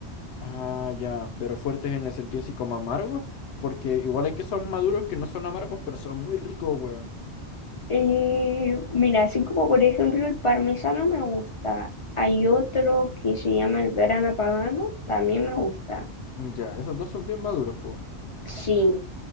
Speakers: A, on the left (about 75°); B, on the left (about 60°).
A: Ah, ya, pero fuertes en el sentido así como amargos, porque igual hay quesos maduros que no son amargos, pero son muy ricos, weón.
B: Eh, mira, así como por ejemplo el parmesano me gusta. Hay otro que se llama el grana padano, también me gusta.
A: Mm, Ya, esos dos son bien maduros, po.
B: Sí,